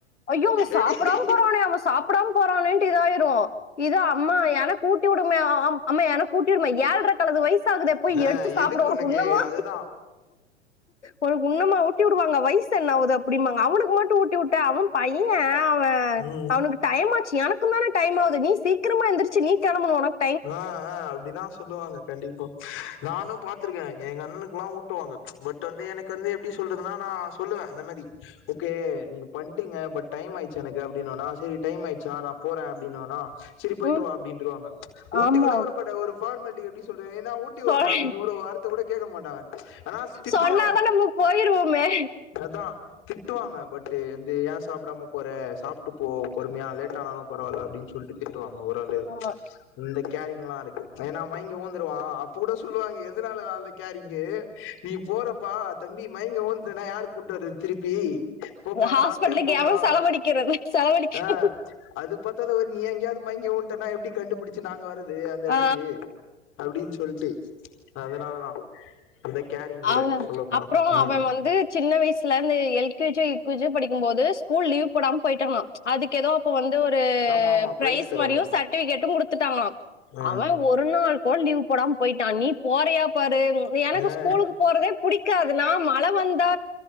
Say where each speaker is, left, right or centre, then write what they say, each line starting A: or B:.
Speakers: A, on the left; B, on the left.
A: அய்யோ அவ சாப்புடாம
B: எப்டி
A: போறானே சாப்புடாம போறானேட்டு இதாயிரு இதா அம்மா எனக் ஊட்டி விடுமே அம்ம எனக்கு ஊட்டி விடும ஏல்ற கழுத வயசாகுதே போய்
B: ஆ
A: எடுத்து சாப்புடுவ
B: எதுக்கு உனக்கு
A: உன்னமா
B: அதுதான்
A: உனக்கு உண்ணமா ஊட்டி உடுவாங்க வயசு என்ன ஆவுது அப்டிம்பாங்க அவனுக்கு மட்டு ஊட்டி உட்ட அவ பைய அவ அ
B: ம்
A: அவனுக்கு டைம் ஆச்சு எனக்கு தானே டைம் ஆகுது நீ சீக்கிரமா எந்திரச்சு நீ கெளம்பணு உனக்
B: ஆ ஆ அப்டிதா சொல்லுவாங்க கண்டிப்பா நானு பாத்துருக்க எங்க அண்ணனுக்குல்லா ஊட்டுவாங்க பட் வந்து எனக் வந்து எப்டி சொல்றதுனா நா சொல்லுவன் இந்த மாரி ஓகே நீங்க பண்ட்டிங்க பட் டைம் ஆய்ச்சி எனக்கு அப்டின்னுவானா சேரி டைம் ஆய்ட் ச்சா நா போற அப்டின்னுவனா சேரி போயிட்டு
A: ம்
B: வா அப்டின்றுவாங்க ஊட்டி
A: ஆமா
B: கூட உடமாட்டாங்க ஒரு ஃபார்மால்ட்டிக் எப்டி சொல்றத் ஏன்னா ஊட்டி உடட்டா
A: சொல்
B: அப்டின் ஒரு வார்த்த கூட கேக்க மாட்டாங்க ஆனா ஸ் திட்டுவாங்க
A: சொன்னாதான் நம்ம போயிருவோமே
B: அதான் திட்டுவாங்க பட்டு் வந்து ஏன் சாப்டாம போற சாப் ட்டு போ பொறுமையா லேட் ஆனாலு பரவால்ல அப்டின் சொல்ட்டு திட்டு வாங்க ஓரளவு
A: ஆமா
B: இந்த கேரிங்லா இருக்கு ஏன்னா அவ் மய்ங்கி ஊந்துருவான் அப்ப கூட சொல்லுவாங்க எதுனால அந்த கேரிங்கு நீ போறப்பா தம்பி மயங்கி ஊன்டன்னா யாரு கூட்டு வர்ரது திருப்பி போப்பா
A: ஹாஸ்பிட்டலுக்கு
B: சாப்ட்டே போப்பா
A: எவன் செலவழிக்கிறது செலவழிக்க
B: ஆ அது பத்தாத ஒரு நீ எங்கேயாவது மங்கி ஊன்ட்டன்னா எப்டி கண்டுபுடிச்சு நாங்க வர்ரது அந்த எடத்துக்கு
A: ஆ
B: அப்டின்னு சொல்ட்டு அதனாலதா அந்த கேரிங் கூட
A: அவ
B: சொல்ல போனா
A: அப்றோ
B: ம்
A: அவ வந்து சின்ன வயசுல இருந்த எல் கே ஜி யோ யூ கே ஜி யோ படிக்கும் போது ஸ்கூல் லீவ் போடாம போயிட்டேனா அதுக்கு ஏதோ அப்ப வந்து ஒரு
B: ஆமா ஆமா
A: ப்ரைஸ்
B: தருவாங்க
A: மாரியு சர்ட்டிஃபிகட்டு குடுத்துட்டாங்களா
B: ம்
A: அவன் ஒரு நாள் கோட லீவ் போடாம போயிட்டா நீ போறியா பாரு எனக்கு
B: ஆ
A: ஸ்கூ ல் போறதே புடிக்காது நா மழ வந்தா